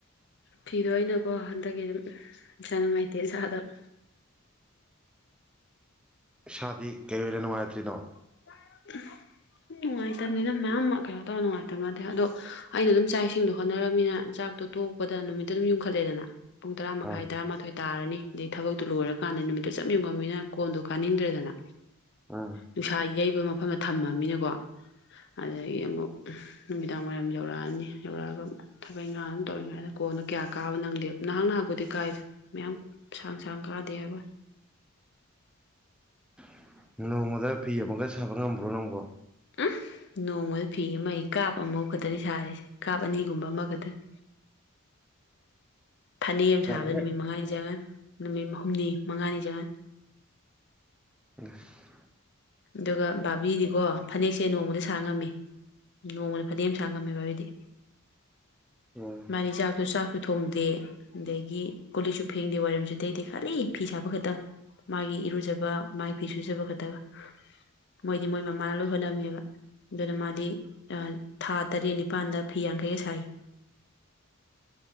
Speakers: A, on the left; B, in the centre.
A: ꯐꯤꯗꯣ ꯑꯩꯅꯀꯣ ꯍꯟꯗꯛꯀꯤ ꯑꯗꯨꯝ ꯏꯥꯁꯥ ꯅꯨꯡꯉꯥꯏꯇꯦꯅ ꯁꯥꯥꯗꯕ
B: ꯏꯁꯥꯗꯤ ꯀꯩ ꯑꯣꯏꯅ ꯅꯨꯡꯉꯥꯏꯇ꯭ꯔꯤꯅꯣ
A: <unintelligible> ꯅꯨꯡꯉꯥꯏꯇꯝꯅꯤꯗ ꯃꯌꯥꯝ ꯑꯃ ꯀꯩꯅꯣ ꯇꯧꯔ ꯅꯨꯡꯉꯥꯏꯇꯕ ꯅꯠꯇꯦ ꯑꯗꯣ ꯑꯩꯅ ꯑꯗꯨꯝ ꯆꯥꯛ ꯏꯁꯤꯡꯗꯣ ꯍꯣꯠꯅꯔꯝꯃꯤꯅ ꯆꯥꯛ ꯇꯣ ꯇꯣꯛꯄꯗ ꯅꯨꯃꯤꯠꯇ ꯑꯗꯨꯝ ꯌꯨꯝꯈꯠꯂꯦꯗꯅ ꯄꯨꯡ ꯇꯔꯥ ꯃꯈꯥꯏ
B: ꯎꯝ
A: ꯇꯔꯥꯃꯥꯊꯣꯏ ꯇꯥꯔꯅꯤ ꯑꯗꯩ ꯊꯕꯛꯇꯨ ꯂꯣꯏꯔꯀꯥꯟꯗ ꯅꯨꯃꯤꯠꯇ ꯆꯞ ꯌꯨꯡꯉꯝꯅꯤꯅ ꯀꯣꯟꯗꯣ ꯀꯥꯅꯤꯡꯗ꯭ꯔꯦꯗꯅ
B: ꯎꯝ
A: ꯅꯨꯡꯁꯥ ꯌꯩꯕ ꯃꯐꯝꯗ ꯊꯝꯃꯕꯅꯤꯅꯀꯣ ꯑꯗꯨꯗꯒꯤ ꯑꯃꯨꯛ ꯅꯨꯃꯤꯗꯥꯡ ꯋꯥꯏꯔꯝ ꯌꯧꯔꯛꯑꯅꯤ ꯌꯧꯔꯛꯑꯒ ꯊꯕꯛ ꯏꯟꯈꯥꯡ ꯑꯗꯨꯝ ꯇꯧꯔꯤꯉꯩꯗ ꯀꯣꯟꯅꯣ ꯀꯌꯥ ꯀꯥꯕ ꯅꯪꯗꯦꯕ ꯅꯍꯥꯛ ꯅꯍꯥꯛꯄꯨꯗꯤ ꯀꯥꯏꯗ ꯃꯌꯥꯝ ꯁꯥꯡ ꯁꯥꯡ ꯀꯥꯗꯦ ꯍꯥꯏꯕ
B: <unintelligible> ꯅꯣꯡꯃꯗ ꯐꯤ ꯑꯃꯒ ꯁꯥꯕ ꯉꯝꯕ꯭ꯔꯣ ꯅꯪꯕꯣ
A: ꯎꯝ ꯅꯣꯡꯃ ꯐꯤ ꯑꯃ ꯀꯥꯞ ꯑꯃꯐꯥꯎ ꯈꯛꯇꯅꯤ ꯁꯥꯔꯤꯁꯦ ꯀꯥꯞ ꯑꯅꯤꯒꯨꯝꯕ ꯑꯃꯈꯛꯇꯅꯤ ꯐꯅꯦꯛ ꯑꯃ
B: ꯅꯪ
A: ꯁꯥꯕꯗ
B: ꯍꯦꯛ
A: ꯅꯨꯃꯤꯠ ꯃꯉꯥꯅꯤ ꯆꯪꯉꯅꯤ ꯅꯨꯃꯤꯠ ꯍꯨꯝꯅꯤ ꯃꯉꯥꯅꯤ ꯆꯪꯉꯅꯤ
B: ꯑꯁ
A: ꯑꯗꯨꯒ ꯕꯥꯥꯕꯤꯗꯤꯀꯣ ꯐꯅꯦꯛꯁꯦ ꯅꯣꯡꯃꯗ ꯁꯥ ꯉꯝꯃꯤ ꯅꯣꯡꯃꯗ ꯐꯗꯤ ꯑꯝ ꯁꯥꯡꯉꯝꯃꯤ ꯕꯕꯤꯗꯤ
B: ꯎꯝ
A: ꯃꯥꯗꯤ ꯆꯥꯛꯁꯨ ꯆꯥꯛ ꯁꯨ ꯊꯣꯡꯗꯦ ꯑꯗꯒꯤ ꯀꯣꯂꯤꯛꯁꯨ ꯐꯦꯡꯗꯦ ꯋꯥꯏꯔꯝꯁꯨ ꯇꯩꯗ‌ꯦ ꯈꯜꯂꯤ ꯐꯤ ꯁꯥꯕ ꯈꯛꯇꯪ ꯃꯥꯒꯤ ꯏꯔꯨꯖꯕ ꯃꯥꯒꯤ ꯐꯤ ꯁꯨꯖꯕ ꯈꯛꯇꯒ ꯃꯣꯏꯗꯤ ꯃꯣꯏ ꯃꯃꯥꯅ ꯂꯣꯏ ꯍꯣꯠꯅꯝꯅꯦꯕ ꯑꯗꯨꯅ ꯃꯥꯗꯤ ꯊꯥ ꯇꯔꯦꯠ ꯅꯤꯄꯥꯜꯗ ꯐꯤ ꯌꯥꯡꯈꯩꯒ ꯁꯥꯏ